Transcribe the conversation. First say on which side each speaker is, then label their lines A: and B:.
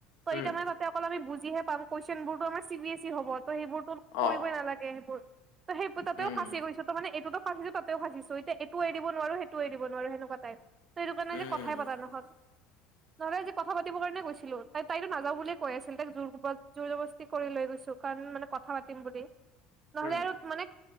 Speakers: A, on the right; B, on the left.
A: ত
B: উম
A: এতিয়া মানে ভাব- তে অকল আমি বুজিহে পাম, কুৱেছন বোৰতো আমাৰ চি বিএছ ই হ'ব ত' সেইবোৰতো কৰিবই
B: অ
A: নালাগে সেইবোৰ। ত সেই তাতে
B: উম
A: ফাঁচি গৈছো ত মানে এইটোতো ত সেইবোৰ তাতেও ফাচি গৈছো ত মানে এইটোটো ফাঁচিচো তাতেও ফাঁচিছো এতিয়া এইটো এৰি দিব নোৱাৰো সেইটো এৰি দিব নোৱাৰো সেনেকুৱাত- টাইপ। ত' সেইটো কাৰণে
B: উম
A: আজি কথাই পতা নহল।
B: <inaudible>
A: নহলে আজি কথা পাতিব কাৰণে গৈছিলো, তাইতো নাযাওঁ বুলিয়ে কৈ আছিল তাইক জোৰ জব জবস্তি কৰি লৈ গৈছো। কাৰণ মানে কথা পাতিম বুলি, নহলে
B: উম
A: আৰু- মানে